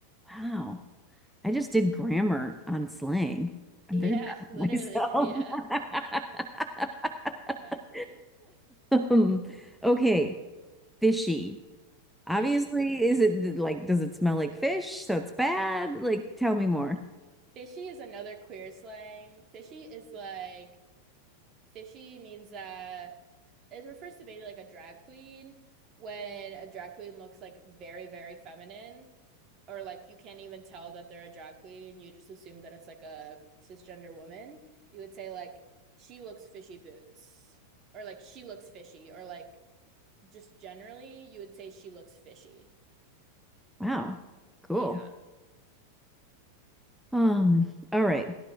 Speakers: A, in the centre; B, on the right.
A: Wow. I just did grammar on slang. I'm
B: Yeah,
A: very proud of
B: literally.
A: myself.
B: Yeah,
A: <laughs>
B: exactly.
A: <laughs> Um, okay, fishy. Obviously,
B: Fishy.
A: is it like, does it smell like fish? So it's bad? Like, tell me more.
B: Fishy is another queer slang. Fishy is like fishy means that it refers to maybe like a drag queen when a drag queen looks like very, very feminine, or like you can't even tell that they're a drag queen. You just assume that it's like a cisgender woman. You would say like she looks fishy boots, or like she looks fishy, or like just generally you would say she looks fishy.
A: Wow, cool.
B: Yeah.
A: Um, all right.